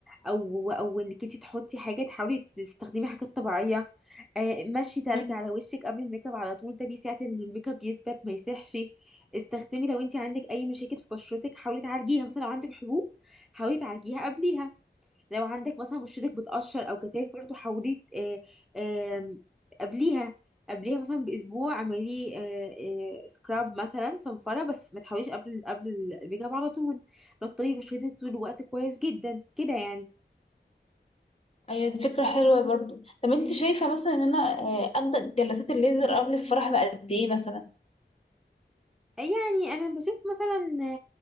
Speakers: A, in the centre; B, on the left.
A: او او انك انت تحطي حاجة تحاولي تستخدمي حاجات طبيعية آه مشي تلج
B: مم.
A: على وشك قبل الميك اب على طول ده بيساعد ان الميك اب يثبت ما يسيحش استخدمي لو انت عندك اي مشاكل في بشرتك حاولي تعالجيها مثلا لو عندك حبوب حاولي تعالجيها قبليها لو عندك مثلا بشرتك بتقشر او كتافك برضو حاولي آه، آم، قبليها قبليها مثلا باسبوع اعملي آه، آه، سكراب مثلا صنفره بس ما تحاوليش قبل قبل الميك اب على طول رطبي بشرتك طول الوقت كويس جدا كده يعني
B: ايوه دي فكرة حلوة برضو طب انتي شايفة مثلا ان انا آه، ابدأ جلسات الليزر قبل الفرح بقد ايه مثلا
A: يعني انا بشوف مثلا